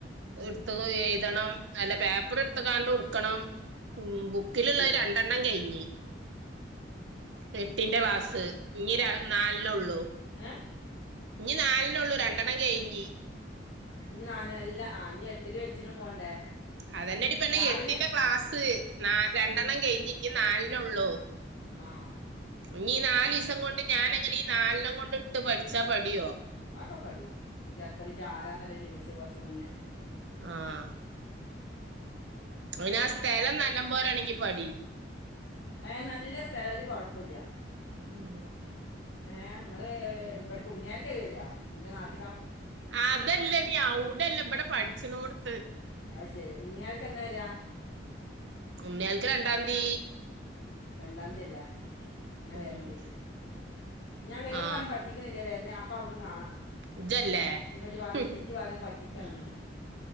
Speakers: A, on the right; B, on the left.
A: ഇട്ത്ത്ട എഴുതണം നല്ല പേപ്പറ്ട്ത്ത്ക്കാണ്ടുട്ക്കണം ഉ ബുക്കിലുള്ള
B: പറ്റുവോ
A: രണ്ടെണ്ണം കഴിഞ്ഞി എട്ടിന്റെ ക്ലാസ് ഇഞ്ഞ് നാലെണ്ണള്ളു
B: ഏ
A: ഇനി നാലണ്ണള്ളു രണ്ടെണ്ണം കഴിഞ്ഞ്
B: ഇനി നാലണ്ണം അല്ല എട്ടിലും എച്ചിനും പോണ്ടേ
A: അതലെടിപ്പണെ
B: രാവിലെ
A: എട്ടിന്റെ ക്ലാസ് ന രണ്ടെണ്ണം കഴിഞ്ഞ് ഞ്ഞ് നാലണ്ണ ഉള്ളു
B: ആഹ
A: ഇനി നാലിസം കൊണ്ട് ഞാനെ ങ്ങനെ നാലണ്ണം കൊണ്ട് ഇട്ട് പഠിച്ചാ പടിയോ
B: ആക്കെ പടിയും എത്രയും ചാരാന്നല്ല ചോയിച്ചേ കൊറച്ച് മുന്നേ
A: ആഹ അയിനാ സ്ഥലം നല്ല പോരാണെങ്കി പ ടീം
B: ആഏ നല്ല സ്ഥലം ഒരു കൊഴപ്പുല്ല
A: ഉം
B: ഏ ങ്ങള്
A: ഉം
B: ഇവിട ഉണ്യാല ക വര്യാ എന്റെ നാട്ട്
A: അതല്ലേ ടി അവ്ടെല്ല ഇവിടെ പഠിച്നോടുത്ത്
B: അത് ശെരി ഉണ്ണിയൽക്ക് എന്നാ വര്യാ
A: ഉണിയാൾക്ക് രണ്ടാം തീ
B: രണ്ടതിയല്ലേ ഞാൻ
A: ഉം.
B: വരണ്ട് ഞാൻ വരും
A: ആ
B: ന്ന് പറ്റിക് ണില്ല വരുന്ന അപ്പ അവിടുന്ന് കാണാം
A: ഇജല്ലേ
B: ന് പ്പജ് പറിംജ്
A: ഹും.
B: പ റിം പറ്റിക്കണ്ന്ന്